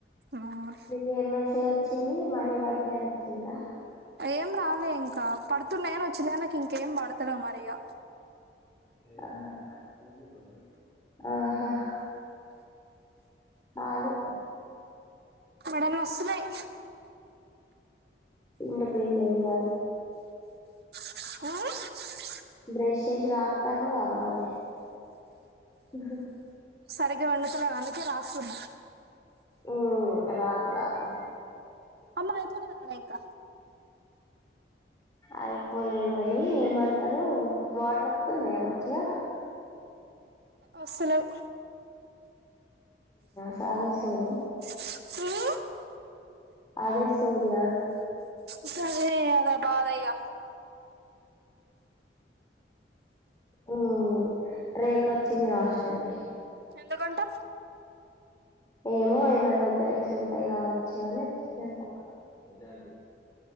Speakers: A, on the right (about 65°); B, on the left (about 20°).
A: మ్మ్.
B: నీకు వినిపిస్ వచ్చిది మని పడతాయాన్ని వచ్చిందా,
A: ఏం రాలేదు ఇంకా పడుతున్నాయని వచ్చింది. నాకు ఇంకేం పడతలే మరిగా
B: సరే లే ఆహా కాదు
A: మెడలు నొస్తున్నాయి.
B: పిండి పిండు ఎం కాదు
A: ఆ
B: బ్రెష్ ఎశి రాక్తందిగా బానే ఉహ
A: సరిగా పిండుతున్న అందుకే రాక్తున్న,
B: ఉ రాక్ రాక్
A: మైయిఅయిపోయినా ఇంకా
B: అయిపోలేద్ గనీ ఏమంటరూ వాటర్ ఒత్తున్నయా మంచిగా
A: ఒస్సలేవ్
B: సాదే సోలే
A: మ్
B: అదె సూర్యా
A: గదే అద బాద ఇగా
B: ఊ రేక్ ఒచ్చింది గా హాస్టల్ కి
A: ఎందుకంట
B: ఏమో ఏమైనా ఓపెనింగ్స్ ఉంటాయి కావచ్చు అని ఒచ్చిందంట అదే అదే